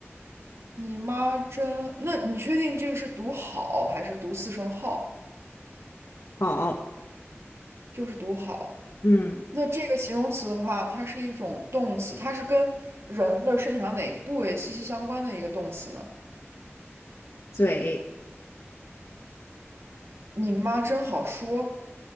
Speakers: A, on the right; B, on the left.
A: 你妈真……那你确定这个是读好还是读四声号？
B: 好，
A: 就是读好。
B: 嗯，
A: 那这个形容词的话，它是一种动词，它是跟人的身体上哪个部位息息相关的一个动词呢？
B: 嘴
A: 你妈真好说，